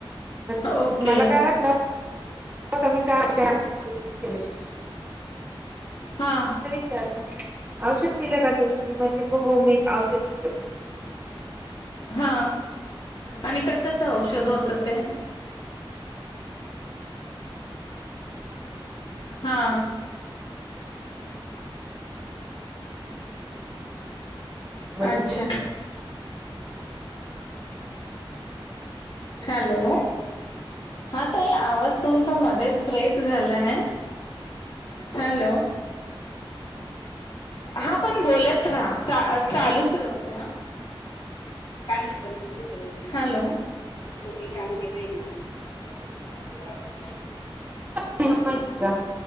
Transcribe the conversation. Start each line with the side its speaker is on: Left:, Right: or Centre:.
Right: मग
Left: ओके
Right: मला काय वाटलं <unintelligible>
Left: हा
Right: चार औषध पलं का तू कि म ते हो मी औषध पलं
Left: हा आणि कशाच औषध होत ते हा
Right: म्हटलं,
Left: अच्छा हॅलो हा ताई आवाज तुमचा मध्येच ब्रेक झाला आहे हॅलो हा पण बोलत राहा चालूच राहू दे <unintelligible> <unintelligible>
Right: <unintelligible>